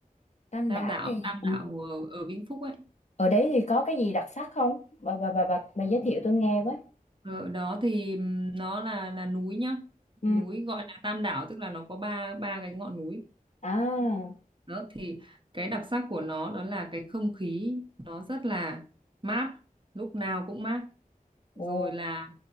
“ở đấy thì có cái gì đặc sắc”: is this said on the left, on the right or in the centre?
Left